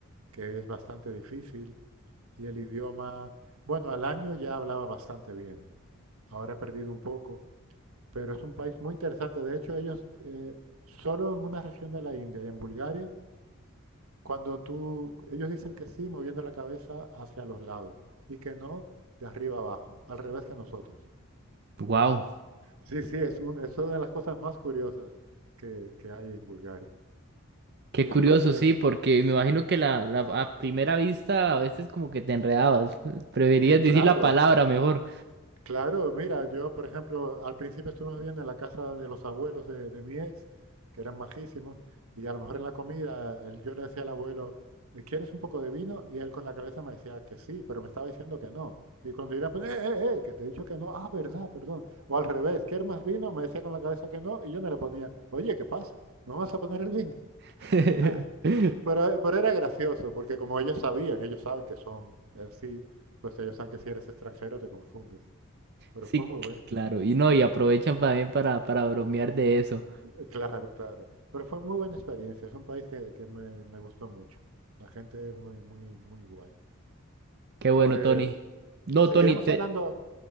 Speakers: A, on the right; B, on the right.
A: que es bastante difícil y el idioma, bueno, al año ya hablaba bastante bien, ahora he perdido un poco, pero es un país muy interesante. De hecho, ellos eh, solo en una región de la India y en Bulgaria, cuando tú, ellos dicen que sí, moviendo la cabeza hacia los lados y que no de arriba abajo, al revés que nosotros.
B: Wow.
A: Sí, sí, es, un- es una de las cosas más curiosas que, que hay en Bulgaria.
B: Qué
A: Y entonces,
B: curioso, sí, porque me imagino que la, la a primera vista a veces como que te enredabas. Preferías
A: eh, claro,
B: decir la palabra mejor.
A: Claro, mira, yo, por ejemplo, al principio estuvimos bien en la casa de los abuelos de, de mi ex, que eran majísimos, y a lo mejor en la comida él- yo le decía al abuelo, "Eh, ¿quieres un poco de vino? Y él con la cabeza me decía que sí, pero me estaba diciendo que no. Y cuando yo le ponía, eh, eh, eh, que te he dicho que no, ah, verdad, perdón. O al revés, ¿quieres más vino? Me decía con la cabeza que no, y yo no le ponía, oye, ¿qué pasa? ¿No me vas a poner el vino?
B: <laughs>
A: <laughs> Entonces, pero, eh, pero era gracioso, porque como ellos sabían, ellos saben que son así, pues ellos saben que si eres extranjero te confundes. Pero
B: Sí,
A: fue muy bueno.
B: claro. Y no, y aprovechan también para, para bromear de eso.
A: Eh, Claro, claro. Pero fue muy buena experiencia. Es un país que, que me, me gustó mucho. La gente es muy, muy, muy guay.
B: Qué bueno,
A: Pues
B: Tony. No,
A: seguiremos
B: Tony, te...
A: hablando.